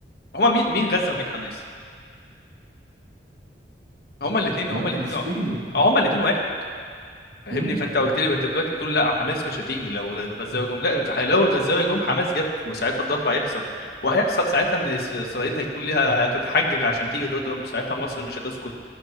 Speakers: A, on the left; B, on the right.
A: هما مين مين غزه ومين حماس هما الاثنين
B: لا
A: هما
B: فلسطين
A: الاثنين هما الاثنين واحد فاهمني
B: مم.
A: فانت قلت لي انت دلوقتي بتقول لا حماس مش هتيجي لو الغزاوي جم لا الغ- لو الغزاوي جم حماس جت وساعتها الضرب هيحصل وهيحصل ساعتها ان إس- اسرائيل هيكون ليها هتتحجج عشان تيجي تضرب وساعتها مصر مش هتسكت